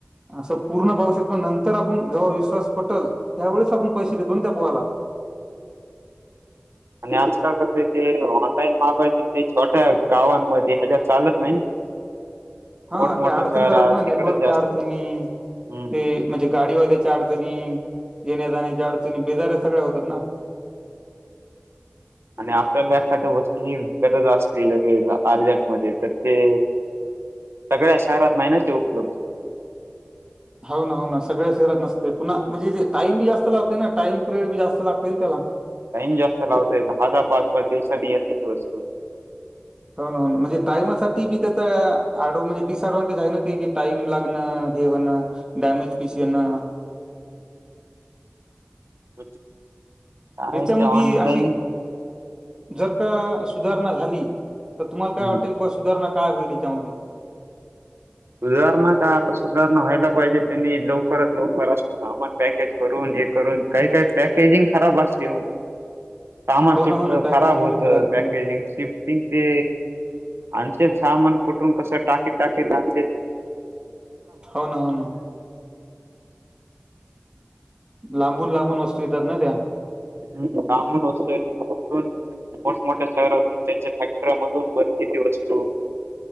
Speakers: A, on the right; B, on the right.
A: असं पूर्ण पाहू शकतो, नंतर आपण जेव्हा विश्वास पटल, त्यावेळेस आपण पैसे देतो ना त्या बुवाला.
B: आणि आजकाल कसं आहे ते ऑनलाईन मागायच ते छोट्या गावांमध्ये ह्याच्यात चालत नाही. ते
A: हा,
B: मोठमोठ्या
A: ते अडचणी
B: शहरात
A: झालेत ना,
B: तिकडच
A: नेटवर्कच्या
B: जास्त
A: अडचणी
B: आहे. हम्म
A: ते म्हणजे गाडीवाल्याच्या अडचणी, येण्या जाण्याच्या अडचणी बिजाऱ्या सगळ्या होतात ना.
B: आणि आपल्याला एखाद्या वस्तूची, गरज असली लगेच अर्जंटमध्ये तर ते सगळ्या शहरात नाही ना ते उपलब्ध.
A: हो ना हो ना, सगळ्या शहरात नसते, पुन्हा म्हणजे ते टाईम बी जास्त लावते ना, टाईम पिरियड बी जास्त लागते ना त्याला.
B: टाइम जास्त लावतंय, दहा दहा पाच पाच दिवसांनी येते ती वस्तू.
A: हो ना हो ना, म्हणजे टायमासाठी बी तीथं, अड म्हणजे डिसडव्हांटेज आहे ना ते, की टाइम लाग न हे होणं डॅमेज पीस येणं.
B: <inaudible>
A: याच्यामध्ये
B: ते ऑनलाईन
A: अशी जर का सुधारणा झाली, तर तुम्हाला काय
B: हम्म
A: वाटतं की बा सुधारणा काय होईल याच्यामधी?
B: सुधारणा काय आता सुधारणा व्हायला पाहिजे, त्यांनी लवकरात लवकर अस सामान पॅकेज करून हे करून, काही काही पॅकेजिंग खराब असते ओ. सामान
A: हो
B: तुटतं,
A: ना हो ना पॅकेजिंग
B: खराब होतं,
A: बी येते
B: पॅकेजिंग
A: ना
B: शि टिंग ते, आणतेत सामान कुठून कसं टाकीत टाकीत आणतेत
A: हो ना हो ना. लांबून लांबून वस्तू येतात ना त्या.
B: हम्म, लांबून वस्तू येत्यात <unintelligible> मोठमोठ्या शहरातुन त्यांच्या फॅक्टऱ्यामधून बनते ती वस्तू.